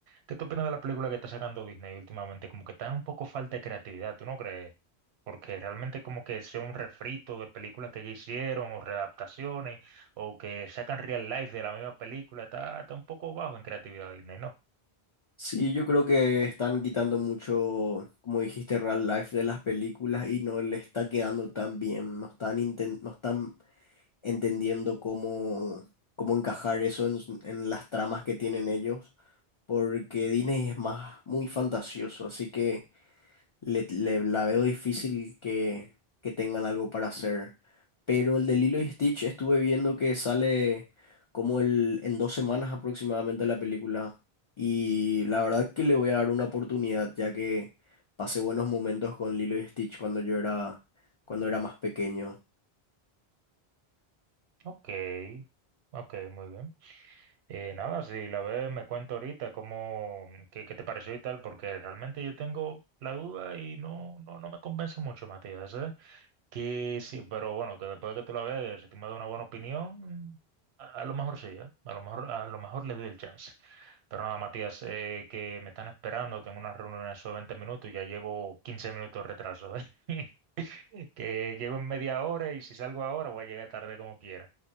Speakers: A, on the right (about 80°); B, on the left (about 55°).
A: ¿Qué tú opinas de la película que está sacando Disney últimamente? Como que está un poco falta de creatividad, ¿tú no crees? porque realmente como que sea un refrito de películas que ya hicieron o readaptaciones o que sacan real life de la misma película, está, está un poco bajo en creatividad Disney, ¿no?
B: Sí, yo creo que están quitando mucho, como dijiste, real life de las películas y no le está quedando tan bien. No están, inten- no están entendiendo cómo, cómo encajar eso en, s- en las tramas que tienen ellos, porque Disney es más muy fantasioso, así que le, le- la veo difícil que, que tengan algo para hacer. Pero el de Lilo y Stitch estuve viendo que sale como el, en dos semanas aproximadamente la película. Y la verdad que le voy a dar una oportunidad, ya que pasé buenos momentos con Lilo y Stitch cuando yo era, cuando era más pequeño.
A: Ok, ok, muy bien. Eh, nada, si la ves me cuento ahorita cómo, qué, qué te pareció y tal, porque realmente yo tengo la duda y no, no, no me convence mucho, Matías, ¿eh? Que sí, pero bueno, que después de que tú la veas, si tú me das una buena opinión, a, a lo mejor sí, ¿eh? A lo mejor, a lo mejor le doy el chance. Pero nada, Matías, eh, que me están esperando, tengo una reunión en esos 20 minutos y ya llevo 15 minutos de retraso, ¿eh? <laughs> Que llego en media hora y si salgo ahora voy a llegar tarde como quiera.